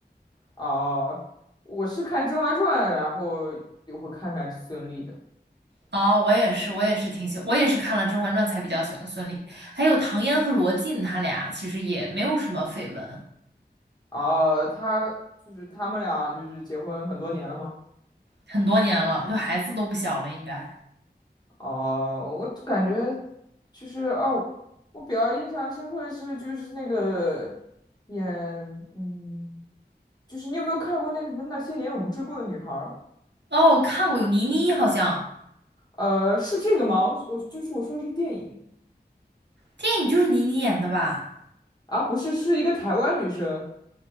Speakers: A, on the left (about 25°); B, on the right (about 75°).
A: 哦，我是看《甄嬛传》，然后又会看看孙俪的。
B: 哦，我也是，我也是挺喜，我也是看了《甄嬛传》才比较喜欢孙俪，还有唐嫣和罗晋，他俩其实也没有什么绯闻，
A: 哦，他就是他们俩就是结婚很多年了吗？
B: 很多年了，就孩子都不小了，应该。
A: 哦，我感觉就是哦，我比较印象深刻的是就是那个演嗯，就是你有没有看过那个什么那些年我们追过的女孩儿？
B: 哦，我看过有倪妮，好像
A: 呃，是这个吗？我我就是我说的是电影
B: 电影就是倪妮演的吧？
A: 啊，不是，是一个台湾女生